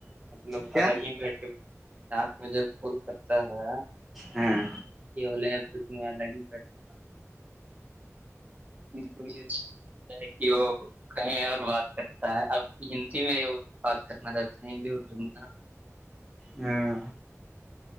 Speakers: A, on the right; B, in the centre.
A: مطلب
B: کیا
A: الگ ہی بیٹھ کے <unintelligible> ساتھ میں جب کل کرتا ہے
B: ہاں
A: یہ ہو تو تمیں الگ ہی بیٹھ <unintelligible> کو یہتا کہ وہ کہیں اور بات <unintelligible> کرتا ہے اب ہندی میں بات کرنا رہتا ہے ہندی اردو میں ن <unintelligible>
B: ہاں <unintelligible>